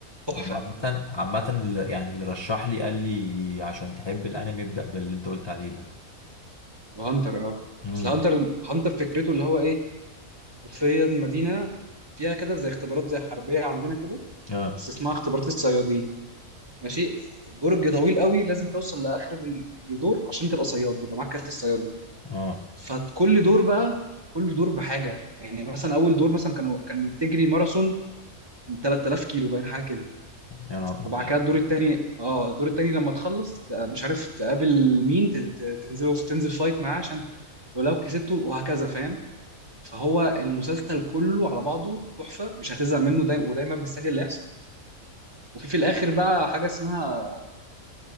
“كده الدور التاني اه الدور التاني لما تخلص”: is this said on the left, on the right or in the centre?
Right